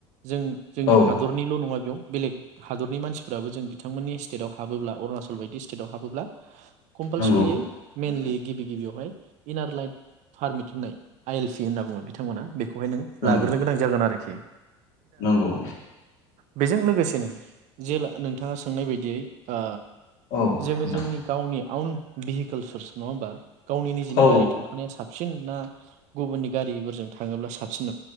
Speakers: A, on the right; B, on the left.
A: जों जोंनि
B: औ
A: हादरनि माबेयाव बेलेग हादरनि मानसिफोराबो जों बिथांमोननि स्टेटआव हाबोब्ला अरुणाचल बायदि स्टेटआव हाबोब्ला कम्पालसरियै
B: नंगौ
A: मेन लि गिबि गिबियावहाय इनार लाइट पारमिट होननाय आइ एल पि होनना बुङो बिथांमोना बे खौहाय नों
B: नंगौ
A: लाग्रोन गोनां जागोन आरो
B: नंगौ
A: बेजों लोगोसेनो जे नोंथाङा सोंनाय बायदियै ओ
B: औ
A: जोङो
B: नोंथां
A: जोंनि गावनि आउन भेहिकोल सार्स नङा होनबा गावनि निजिनि
B: औ
A: गारि थाखानाया साबसिन साबसिन ना गुबुननि गारिफोरजों थाङोब्ला साबसिन